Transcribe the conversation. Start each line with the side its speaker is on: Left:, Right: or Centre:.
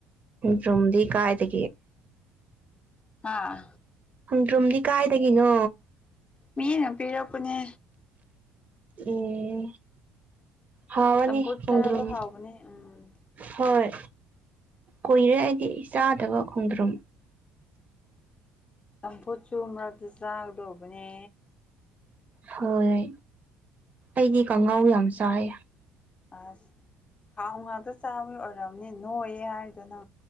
Right: ꯔꯣꯝꯗꯤ ꯀꯥꯏꯗꯒ
Left: ꯍꯥꯥ
Right: ꯍꯨꯝꯗ꯭ꯔꯨꯝꯗꯤ ꯀꯥꯏꯗꯒꯤꯅꯣ
Left: ꯃꯤꯅ ꯄꯤꯔꯛꯄꯅꯦ
Right: ꯑꯦ ꯍꯋꯥꯅꯤꯣ
Left: ꯆꯝꯐꯨꯠ ꯆꯥꯕ ꯍꯥꯎꯕꯅꯦ ꯎꯝ
Right: ꯍꯣꯏ ꯀꯨꯏꯔꯦ ꯍꯥꯏꯗꯤ ꯆꯥꯗꯕ ꯈꯣꯡꯗ꯭ꯔꯨꯝ
Left: ꯆꯝꯐꯨꯠ ꯆꯨ ꯃꯔꯛꯇ ꯆꯥꯒꯗꯧꯕꯅꯦ
Right: ꯍꯣꯏꯣꯏ ꯑꯩꯗꯤ ꯀꯥꯡꯉꯥꯎ ꯌꯥꯝ ꯆꯥꯏ
Left: ꯑꯁ ꯊꯥꯎ ꯉꯥꯛꯇ ꯆꯥꯕꯒꯤ ꯑꯣꯏꯔꯝꯅꯤ ꯅꯣꯏꯌꯦ ꯍꯥꯏꯗꯨꯅ